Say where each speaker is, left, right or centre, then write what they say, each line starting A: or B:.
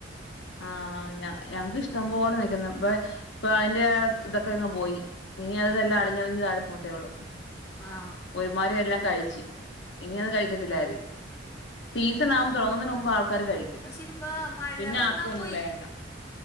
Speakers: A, on the left; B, on the left.
A: ആഹ് ഞ ഞങ്ങക്ക് ഇഷ്ടം പോലെ നിക്ക്ന്ന് ഉപ്പം ഇപ്പൊ അതിന്റെ ഇതൊക്കെ അങ്ങ് പോയി ഇനി അതെല്ലാം അളിഞ്ഞളിഞ്ഞ് താഴെ പോവത്തേ ഉള്ളൂ
B: ആ
A: ഒരുമാരി എല്ലാം കഴിച്ച് ഇനി അത് കഴിക്കത്തില്ല ആരും സീസൺ
B: ആയി
A: ആവാൻ തുടങ്ങുന്നതിന് മുമ്പ് ആൾക്കാര് കഴിക്കും
B: പക്ഷെ ഇനിയിപ്പോ മഴ
A: പിന്നെ
B: വന്നാ
A: ആർക്കും ഒന്നും
B: പോയി
A: വേണ്ട <inaudible>